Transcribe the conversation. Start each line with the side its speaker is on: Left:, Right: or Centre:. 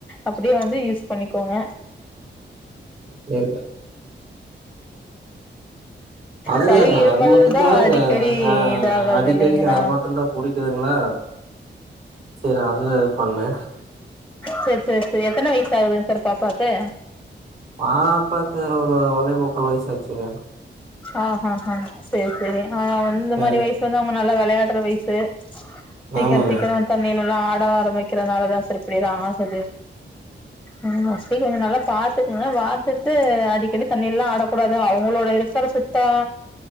Centre: அப்டியே வந்து யூஸ் பண்ணிக்கோங்க
Right: <unintelligible> அதுதாங்க
Centre: சளி இருமல்
Right: அது மட்டுந்தா
Centre: தா அடிக்கடி
Right: ஆ ஆ
Centre: இதாகறது
Right: அடிக்கடிக்கு
Centre: இல்லைங்களா
Right: அது மட்டுந்தா புடிக்குதுங்ளா சரி அதுதா பண்ணே
Centre: செரி செரி செரி எத்தன வயசு ஆகுதுங்க சார் பாப்பாக்கு
Right: ஆ பாப்பாக்கு ஒரு ஓன்னே முக்கால் வயசாச்சுங்க
Centre: ஆஹ்ஹாஹா சரி சரி ஆ இந்த
Right: அ
Centre: மாரி வயசு வந்து அவுங்க நல்லா வெளையாட்ற வயசு சீக்கர
Right: ஆமாங்க.
Centre: சீக்கர தண்ணியில லல்லா ஆட ஆரம்பிக்கிறதுனாலதா சார் இப்டியெல்லா ஆகுது ம் மோஸ்லி கொஞ்சோ நல்லா பாத்துக்கங்க பாத்துட்டு அ அடிக்கடி தண்ணீர்ல்லா ஆடக்கூடாது அவுங்களோட இருக்கிற சுத்தா